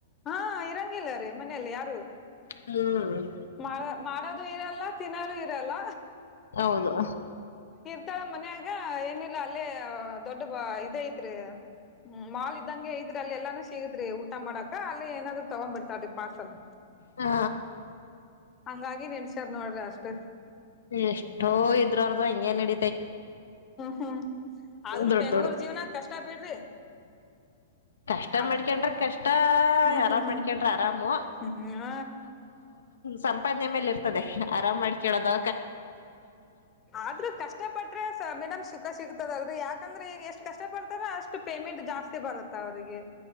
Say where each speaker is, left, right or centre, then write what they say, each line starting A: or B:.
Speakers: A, on the left; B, on the left.
A: ಹಾ ಇರಂಗಿಲ್ಲ ಅ ರ ಮನೆಯಲ್ಲಿ ಯಾರು
B: ಹ್ಮ್
A: ಮಾಡ ಮಾಡೋದು ಇರಲ್ಲ ತಿನ್ನೋದು ಇರಲ್ಲ
B: ಹೌದು
A: ಇತ್ತಾಳ ಮನ್ಯಾಗ ಏನಿಲ್ಲ ಅಲ್ಲೇ ದೊಡ್ಡ ಇದ ಐತ್ರಿ ಮಾಲ್ ಇದ್ದಂಗೆ ಐ್ರಿ ಅಲ್ಲಿ ಎಲ್ಲಾನು ಸಿಗತ್ರಿ ಊಟ ಮಾಡಕ ಅಲ್ಲೇ ಏನಾದ್ರು ತಗೊಂಡ್ ಬಿಡ್ತಾವ್ರೀ ಪಾರ್ಸಲ್
B: ಹಾ
A: ಹಂಗಾಗಿ ನೆಡ್ಸ್ಯಾರ್ ನೋಡ್ರಿ ಅಷ್ಟ
B: ಎಷ್ಟೋ ಇದ್ರರ್್ದು ಹಂಗೇ ನಡ
A: ಹಾನ್ ದಾರು
B: ದೊಡ್
A: ಬೆಂಗಳೂರು
B: ದೊಡ್ಡ
A: ಜೀವನ ಕಷ್ಟ ಬಿಡ್ರಿ
B: ಕಷ್ಟ
A: ಅದ್
B: ಮಾಡಿಕೊಂಡಾ ರೀ ಕಷ್ಟ
A: ಹ್ಮ್
B: ಹರಂ
A: ಹ್ಮ್
B: ಮಣಿಕೊಂಡ ಹರಾಮ್
A: ಹ್ಮ್ ಹ್ಮ
B: ಸಂಪದನ್ ಮಡಿಕೊಳ್ಳೋದುರು ಮ್ಯಾಲೆ ಎರುತ್ತೇ
A: ಅಧರು ಕಷ್ಟ ಪತಾರೆ ಸುಖ ಸಿಕುಡ್ತಾ ದೇ ಯಾ ಕೆ ಅಂದರ್ ಅಷ್ಟೊ ಕಷ್ಟ ಪತಾರೆ ಅಷ್ಟೊ ಪಾವತಿ ಭಾರುತದೆ